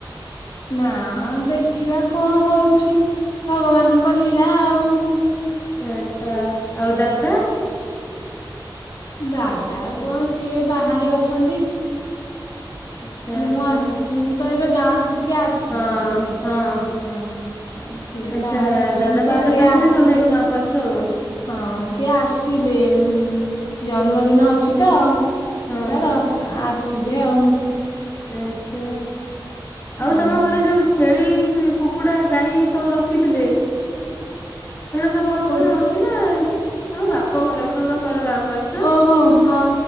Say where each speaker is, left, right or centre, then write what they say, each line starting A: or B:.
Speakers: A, on the left; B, on the left.
A: ନା ଦେଖିବା କଣ ହଉଛି, ଭଗବାନଙ୍କ ଲୀଳା ଆଉ।
B: ଆଛା ଆଉ ଦାଦା?
A: ଦାଦା କଣ, ସିଏ ବାହାରେ ଅଛନ୍ତି।
B: ଆଚ୍ଛା
A: ମୁଁ
B: ଆଚ୍ଛା
A: ଆସି, ମୁଁ ତ ଏବେ ଗାଁକୁ ଟିକେ ଆସିଛି।
B: ହଁ ହଁ!
A: ହଁ ଆଉ ସିଏ
B: ଆଚ୍ଛା
A: ବାହାରେ ଅଛନ୍ତି।
B: ଦାଦା ବାହାରେ
A: ଆଉ ସିଏ
B: ଅଛନ୍ତି
A: ଆସିବେ
B: ତମେ ଏବେ ଗାଁକୁ ଆସ ଆଉ
A: ହଁ ସିଏ ଆସିବେ, ଉଁ ଜନ୍ମଦିନ ଅଛି ତ।
B: ହଁ
A: ଝିଅଟାର ଆସିବେ ଆଉ
B: ଆଛା, ଆଛା
A: ହୁଁ
B: ଆଉ ତମ ଘରେ ଯୋଉ ଛେଳି କୁ କୁକୁଡା, ଗାଈ ସବୁ ରଖିଥିଲେ। ସେଗୁଡା ସବୁ ଅଛ
A: କୋ
B: ଅଛି ନା? ତମ ବାପ ଘରେ! କହିଲ ତମେ ବା ଗାଁ କୁ ଆସିଛ
A: ଓହୋ ହଁ